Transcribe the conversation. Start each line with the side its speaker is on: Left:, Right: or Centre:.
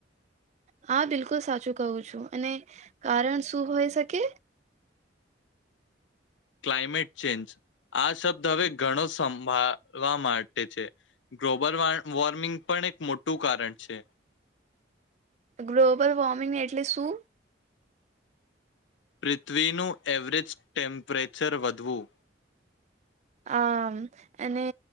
Right: હા બિલકુલ સાચું કવું છું અને કારણ શું હોય શકે?
Left: Climate change. આ શબ્દ હવે ઘણો સંભા વા માટે છે. ગ્લોબલ વો વોર્મિંગ પણ એક મોટું કારણ છે.
Right: ગ્લોબલ વોર્મિંગ એટલે શું?
Left: પૃથ્વીનું એવરેજ ટેમ્પરેચર વધવું.
Right: આમ અને